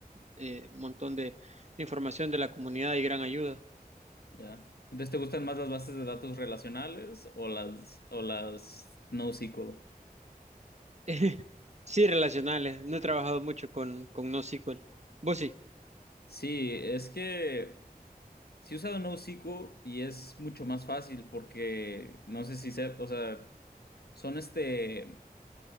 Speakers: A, on the right (about 45°); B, on the left (about 85°).
A: eh, montón de de información de la comunidad y gran ayuda.
B: Ya. Entonces, ¿te gustan más las bases de datos relacionales o las, o las NoSQL?
A: <laughs> Sí, relacionales. No he trabajado mucho con, con NoSQL. Vos sí.
B: Sí, es que si he usado NoSQL y es mucho más fácil porque no sé si sé, o sea, son este,